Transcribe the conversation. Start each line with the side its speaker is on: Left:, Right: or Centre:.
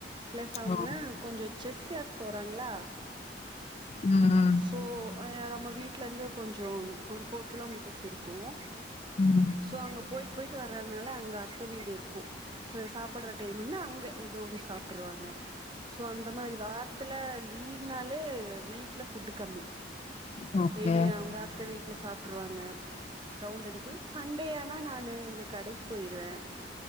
Right: ப்ளஸ் அவங்க
Left: ஓ.
Right: கொஞ்சோ செஸ் கிளாஸ் போறாங்ளா
Left: உம் உம்
Right: தோ ஏ நம்ம வீட்லருந்து கொஞ்சோ ஒரு ஃபோர் கிலோமீட்டர்ஸ் இருக்கும்
Left: உம்
Right: ஸோ அங்க போயிட்டு போயிட்டு வர்றதுனால அங்க அத்தை வீடு இருக்கும் சோ சாப்பிட்ற டைமுன்னா அங்க ஏதோ ஒன்னு சாப்ட்ருவாங்க சோ அந்த மாறி வாரத்துல லீவ்னாலே வீட்டுல ஃபுட் கம்மி
Left: ஓகே, ஓகே.
Right: வெளிய அவங்க அத்தை வீட்ல சாப்ட்ருவாங்க ரவுண்ட் அடிக்குது சண்டே ஆனா நானு இங்க கடைக்கு போயிருவே